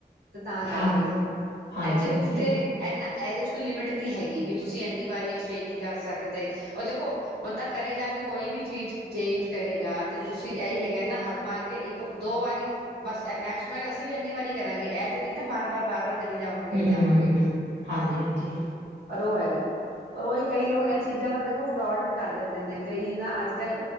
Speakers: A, on the right (about 65°); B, on the right (about 85°).
A: ਤੇ ਤਾਂ ਕਰਕੇ,
B: ਹਾਂਜੀ ਹਾਂਜੀ
A: ਇਦੇ ਵਿੱਚ
B: ਹਾਂਜੀ
A: ਤੇ ਇਨਾ ਇਹਦੇ ਚ ਕੋਈ ਲਿਮਿਟ ਨਹੀਂ ਹੈਗੀ ਕਿ ਤੁਸੀਂ ਇੰਨੀ ਵਾਰੀ ਐਕਸਚੇਂਜ ਨਹੀਂ ਕਰ ਸਕਦੇ ਉਹ ਦੇਖੋ ਬੰਦਾ ਕਰੇਗਾ ਵੀ ਕੋਈ ਵੀ ਚੀਜ਼ ਚੇਂਜ ਕ ਰੇਗਾ ਤੇ ਤੁਸੀਂ ਇਹੀ ਹੈਗਾ ਨਾ ਹੱਦ ਮਾਰ ਕੇ ਇੱਕ ਦੋ ਵਾਰੀ ਬਸ ਮੈਕਸ ਟ ਮੈਕ ਅਸੀਂ ਵੀ ਇੰਨੀ ਵਾਰੀ ਕਰਾਂਗੇ ਇਹ ਤੇ ਨੀ ਨਾ ਬਾਰ-ਬਾਰ, ਬਾਰ-ਬਾਰ। ਕਰੀ ਜਾਵਾਂਗੇ ਕਰੀ
B: ਹਮ
A: ਜਾਵਾਂਗੇ
B: ਹਮ ਹਾਂਜੀ ਹਾਂਜੀ
A: ਪਰ ਉਹ ਹੈਗਾ ਪਰ ਉਹੀ ਕਈ ਲੋਕ ਇਹ ਚੀਜ਼ਾਂ ਦਾ ਦੇਖੋ ਫਰੋਡ ਵੀ ਕਰ ਦਿੰਦੇ ਨੇ ਕਈ ਨਾ ਅੱਜ ਕੱਲ